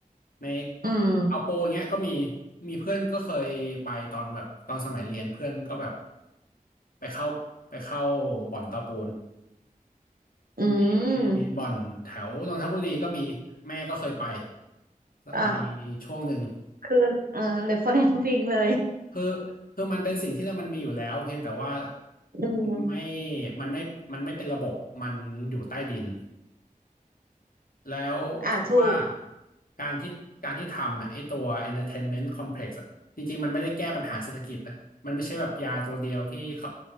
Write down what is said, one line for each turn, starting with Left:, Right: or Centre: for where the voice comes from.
Left: ใน
Right: อืม
Left: เอาโปอย่างเงี้ยก็มีมีเพื่อนก็เคยไปตอนแบบตอนสมัยเรียนเพื่อนก็แบบไปเข้าไปเข้าบ่อนตะปูน
Right: อื
Left: มีบ่อนแถวนนทบุรีก็มีแม่ก็เคยไป
Right: มอ่า
Left: ในช่วงหนึ่ง
Right: คือเออเรฟเฟอเรนซ์จริงเลย
Left: คือคือมันเป็นสิ่งที่มันมีอยู่แล้วเพียงแต่ว่า
Right: อืม
Left: มันไม่มันไม่มันไม่เป็นระบบมันอยู่ใต้ดิน แล้วคิดว่า
Right: อ่าถูก
Left: การที่การที่ทำอะไอ้ตัว entertainment complex อะจริงๆมันไม่ได้แก้ปัญหาเศรษฐกิจนะมันไม่ใช่แบบยาตัวเดียวที่เขา